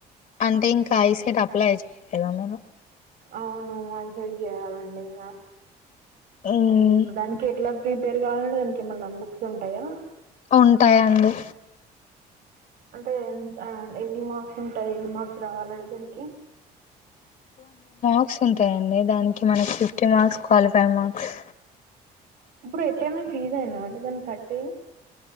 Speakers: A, on the left; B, on the right.
A: అంటే ఇంకా ఐసెట్ అప్లై చేయలేదా మీరు
B: అవును అది సెట్ చేయాలండి ఇంకా
A: మ్మ్
B: అది దానికి ఎట్లా ప్రిపేర్ కావాలంటే దానికి ఏమన్నా బుక్స్ ఉంటాయా
A: ఉంటాయండి
B: అంటే ఎన్ని మార్స్ ఉంటాయి ఎన్ని మార్ రావాలీగదా దానికి
A: వస్తుంటాయండి దానికి మనకి ఫిఫ్టీ మార్క్స్ క్వాలిఫై మార్క్స్
B: ఇప్పుడు ఎట్లయినా ఫీజ్ అయినా అంటే దాన్ని కట్టి